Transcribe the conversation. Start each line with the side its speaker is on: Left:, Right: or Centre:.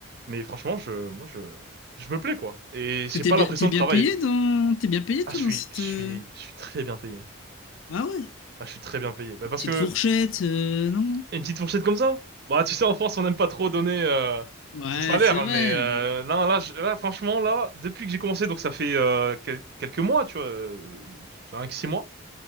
Right: mais franchement, je, moi, je, je me plais quoi, et
Left: Parce
Right: j'ai
Left: que t'es
Right: pas
Left: bien,
Right: l'impression
Left: t'es bien
Right: de travailler.
Left: payé dans, t'es bien payé
Right: Ah,
Left: toi
Right: je suis,
Left: dans cette.
Right: je suis,
Left: euh,
Right: je suis très bien payé.
Left: Ah ouais.
Right: Ah, je suis très bien payé. Bah,
Left: Une
Right: parce
Left: petite
Right: que
Left: fourchette, euh, non?
Right: Une petite fourchette comme ça? Bah, tu sais, en France, on n'aime pas trop donner euh,
Left: Ouais,
Right: son salaire,
Left: c'est
Right: hein,
Left: vrai.
Right: mais euh, non, là, je- là, franchement, là, depuis que j'ai commencé, donc ça fait euh, quel- quelques mois, tu vois, euh, 5 six mois,